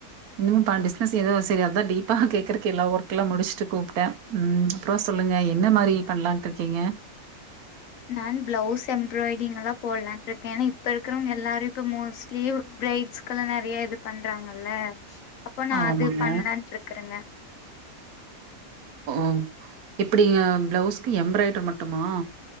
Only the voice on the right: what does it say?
இன்னும்ப்பா பிசினஸ் எதோ சேரி அதா டீப்பா கேக்கறக்கு எல்லா ஒர்க்கெல்லா முடிச்சிட்டு கூப்ட்ட ம் அப்றோ சொல்லுங்க என்ன மாரி பண்லான்ட்டு இருக்கீங்க
ஆமாங்க
ஓ எப்டிங்க பிளவுஸ்க்கு எம்ப்ராய்டரு மட்டுமா